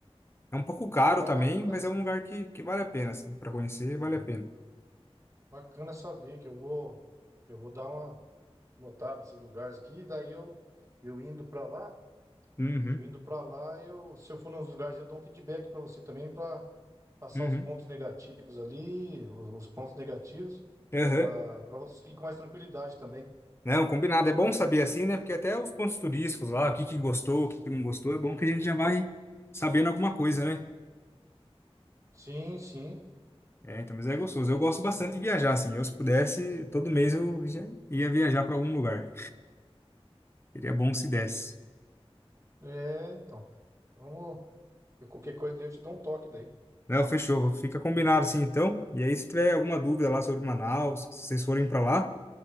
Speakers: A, on the left (about 25°); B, on the right (about 30°).
A: É um pouco caro
B: Ah,
A: também,
B: bacana,
A: mas é um lugar que, que vale a pena, assim, para conhecer, vale a pena.
B: bacana saber que eu vou, eu vou dar uma notada nesses lugares aqui, daí eu, eu indo pra lá.
A: Uhum,
B: Eu indo pra lá, eu, se eu for nos lugares, eu dou um feedback pra você também pra passar
A: uhum,
B: os pontos negativos ali, os, os pontos negativos
A: aham.
B: pra para você ir com mais tranquilidade também.
A: Não, combinado, é bom saber assim, né? Porque até os pontos turísticos lá, o que que gostou, o que que não gostou, é bom que a gente já vai sabendo alguma coisa, né?
B: Sim, sim.
A: É, então, mas é gostoso. Eu gosto bastante de viajar, assim. Eu, se pudesse, todo mês eu já ia viajar para algum lugar. Seria bom se desse.
B: É, então. Vamos, eu- qualquer coisa daí eu te dou um toque daí.
A: Não, fechou. Fica combinado assim então. E aí, se tiver alguma dúvida lá sobre Manaus, se vocês forem para lá,